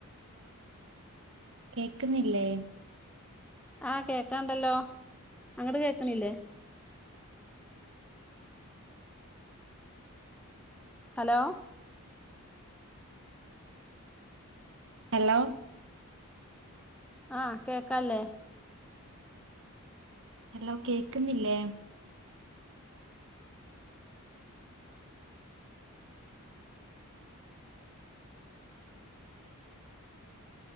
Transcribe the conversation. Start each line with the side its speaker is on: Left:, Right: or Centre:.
Right: കേക്കുന്നില്ലേ
Centre: ആ കേക്കാണ്ടല്ലോ അങ്ങട് കേക്കണില്ലേ ഹലോ
Right: ഹലോ
Centre: ആ കേക്കാല്ലേ
Right: ഹലോ കേക്ക്ന്നില്ലേ